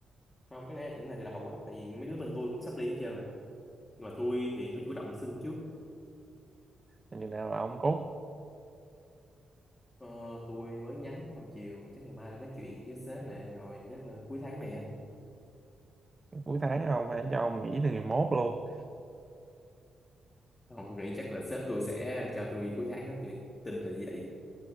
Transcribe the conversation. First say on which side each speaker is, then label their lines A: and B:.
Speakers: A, on the left; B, on the right.
A: không có lẽ là tưởng là từ đầu á tại vì mấy đứa bên tôi cũng sắp đi hết trơn rồi nhưng mà tôi thì tôi chủ động xin trước
B: Rồi chừng nào là ông cốt
A: ờ, tôi mới nhắn hồi chiều chắc ngày mai là nói chuyện với sếp nè rồi chắc là cuối tháng này á.
B: cuối tháng không phải cho ông nghỉ từ ngày mốt luôn
A: không tôi nghĩ chắc là sếp tôi sẽ cho tôi cuối tháng đó tôi tin là như vậy